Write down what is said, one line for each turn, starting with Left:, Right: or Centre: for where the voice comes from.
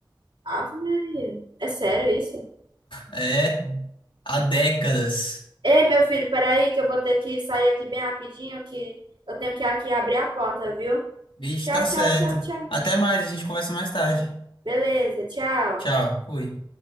Right: Ave Maria. É sério isso?
Left: É. Há décadas.
Right: Ei, meu filho, peraí que eu vou ter que sair aqui bem rapidinho, que eu tenho que aqui abrir a porta, viu?
Left: Bicho,
Right: Tchau,
Left: tá certo.
Right: tchau, tchau, tchau.
Left: Até mais, a gente conversa mais tarde.
Right: Beleza, tchau.
Left: Tchau. Fui.